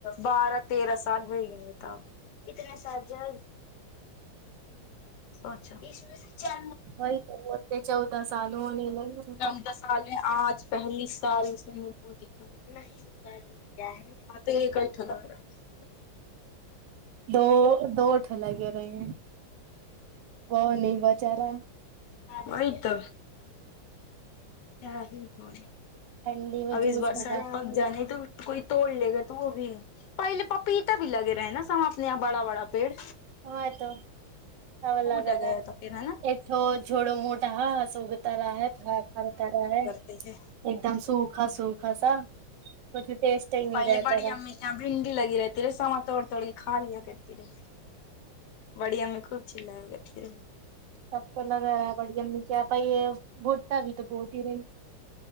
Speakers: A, on the left (about 70°); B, on the right (about 70°).
A: بارہ تیرہ سال ہو گئے بتا اتنے سال جو اچھا اچھا
B: وہی تو بولتے <unintelligible>
A: چودہ سال میں آج پہلی سال اس نے میں مدکھی <unintelligible>
B: دو دوٹھ لگے رہے ہیں وہ نہیں بچا رہا
A: وہ ہی تو کیا ہی بول
B: ٹھنڈی میں جوس
A: اس بارس
B: بنانے
A: جانے تو کوئی توڑ لے گا تو وہ بھی پہلے پپیتا بھی لگے رہے ہیں نا سب اپنے یہاں بڑا بڑا پیڑ
B: ہاں تو ہا
A: ٹوٹ
B: لگا
A: گیا
B: رہا ہے
A: تو پھر نا
B: ایک سو جڑ موٹا سگتا رہا ہے تھا پتا رہا ہے
A: ٹھیک ہے
B: ایک دم سوکھا سوکھا سا کچھ ٹیسٹ ہی نہیں
A: پہل
B: رہتا
A: بڑی
B: رہا
A: امی بھنڈی لگی رہتی رے سامان توڑ تڑی خالیاں کرتی ری بڑی امی کو کھیلی گئیے کیا
B: سب کو لگا رہا ہے بڑی ا نے کیا بائی یہ بھٹتا بھی تو بہت ہی رہی